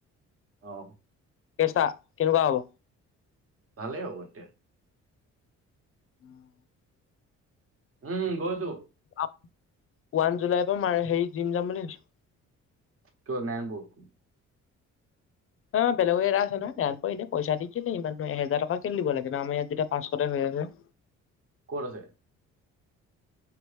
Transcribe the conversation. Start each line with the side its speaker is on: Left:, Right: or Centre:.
Right: অ।
Left: কেচা কেনেকুৱা হ'ব?
Right: ভালেই হ'ব তে
Left: উম।
Right: উম। গৈছো
Left: ওৱান জুলাইৰ পৰা ম হেৰি জিম যাম বুলি ভাবছো।
Right: <inaudible>
Left: অ বেলেগো এৰা আছে নহয়, ৰেম্প এনেই পইচা দি কেলে ইমানানহ এহেজাৰ টকা কেলে দিব লাগে, ন আমাৰ ইয়াত যেতিয়া পাচঁশতে হৈ আছে। <inaudible>
Right: ক'ত আছে?